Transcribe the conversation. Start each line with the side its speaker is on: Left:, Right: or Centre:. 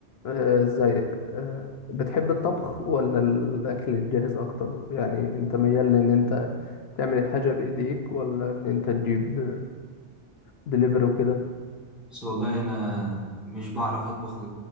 Left: آه، ازيك آه، بتحب الطبخ ولا الاكل الجاهز اكتر يعني انت ميال لان انت تعمل الحاجه بايديك ولا ان انت تجيب دليفري وكده
Centre: بس والله انا مش بعرف اطبخ